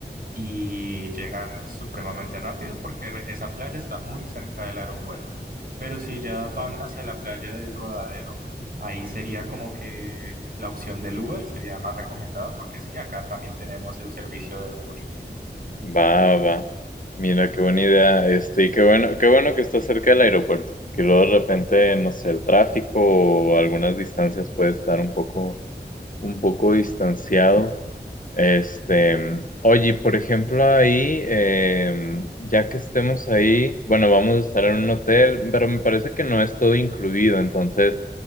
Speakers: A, on the right; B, on the left.
A: y llegan supremamente rápido porque re- esa playa está muy cerca del aeropuerto. Pero si ya van hacia la playa del Rodadero, ahí sería como que la opción del Uber sería más recomendada porque sí, acá también tenemos el servicio de Uber.
B: Va, va. Mira, qué buena idea. Este, y qué bueno, qué bueno que está cerca del aeropuerto, porque luego de repente, no sé, el tráfico o algunas distancias puede estar un poco, un poco distanciado. Este, oye, y por ejemplo, ahí, eh, ya que estemos ahí, bueno, vamos a estar en un hotel, pero me parece que no es todo incluido, entonces.